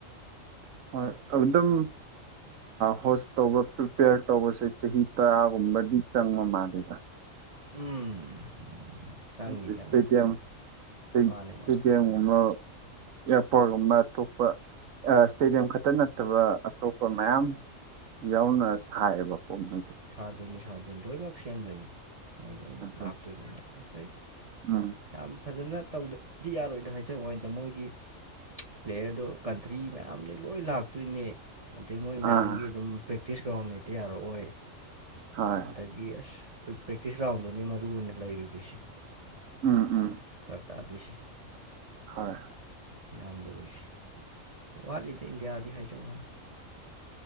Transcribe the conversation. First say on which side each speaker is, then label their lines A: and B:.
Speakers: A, on the right (about 75°); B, on the right (about 30°).
A: ꯍꯣꯏ ꯑꯗꯨꯝ ꯍꯣꯁ ꯇꯧꯕ ꯄ꯭ꯔꯤꯄꯦꯌꯔ ꯇꯧꯕꯁꯦ ꯆꯍꯤ ꯇꯔꯥꯒꯨꯝꯕꯗꯤ ꯆꯪꯕ ꯃꯥꯜꯂꯦꯗ꯫
B: ꯎꯝ ꯆꯪꯅꯤ
A: <unintelligible> <unintelligible>
B: ꯆꯪꯅꯤ ꯃꯥꯅꯦ ꯃꯥꯅꯦ
A: ꯌꯝꯒꯨꯝꯕ ꯏꯌꯥꯔꯄꯣꯔꯠꯒꯨꯝꯕ ꯑꯇꯣꯞꯄ ꯏꯁꯇꯦꯗꯤꯌꯝ ꯈꯛꯇ ꯅꯠꯇꯕ ꯑꯇꯣꯞꯄ ꯃꯌꯥꯝ ꯌꯥꯎꯅ ꯁꯥꯏꯌꯦꯕꯀꯣ ꯃꯣꯏꯗꯤ꯫
B: ꯁꯥꯗꯣꯏꯅꯤ ꯁꯥꯗꯣꯏꯅꯤ ꯂꯣꯏꯅꯃꯛ ꯁꯦꯝꯗꯣꯏꯅꯤ ꯃꯣꯏ ꯂꯣꯏ
A: ꯑꯗꯨ
B: ꯂꯥꯛꯇꯣꯏꯅꯤ ꯑꯇꯩ
A: ꯎꯝ
B: ꯌꯥꯝ ꯐꯖꯅ ꯇꯧꯗꯗꯤ ꯌꯥꯔꯣꯏꯗ ꯍꯥꯏꯖꯋꯥꯅꯤꯗ ꯃꯣꯏꯒꯤ ꯄ꯭ꯂꯦꯌꯔꯗꯣ ꯀꯟꯇ꯭ꯔꯤ ꯃꯌꯥꯝꯗꯩ ꯂꯣꯏ ꯂꯥꯛꯇꯣꯏꯅꯦ꯫ ꯑꯗꯩ ꯃꯣꯏ ꯃꯌꯥꯝꯒꯤ
A: ꯑꯥ
B: ꯑꯗꯨꯝ ꯄ꯭ꯔꯦꯛꯇꯤꯁ ꯒ꯭ꯔꯥꯎꯟ ꯂꯩꯇ ꯌꯥꯔꯛꯑꯣꯏ꯫
A: ꯍꯣꯏ
B: ꯑꯗꯒꯤ ꯑꯁ ꯄ꯭ꯔꯦꯛꯇꯤꯁ ꯒ꯭ꯔꯥꯎꯟꯗꯨꯅꯦ ꯃꯔꯨ ꯑꯣꯏꯅ ꯂꯩꯔꯣꯏꯗꯣꯏꯁꯦ꯫
A: ꯎꯝ ꯎꯝ
B: ꯐꯔꯛ ꯇꯥꯗꯣꯏꯁꯤ꯫
A: ꯍꯣꯏ
B: ꯌꯥꯝ ꯂꯔꯤꯁꯦ ꯋꯥꯠꯂꯤꯗ ꯏꯟꯗꯤꯌꯥꯗꯤ ꯍꯥꯏꯖꯕꯋꯥꯅꯤ꯫